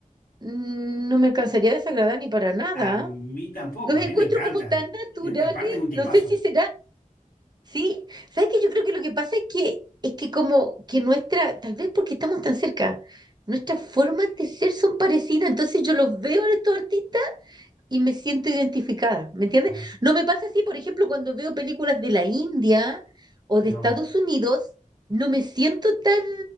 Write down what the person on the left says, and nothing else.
A mí tampoco,
a
mí me encanta.
Eh, Aparte es un tipazo.
Ah,
No.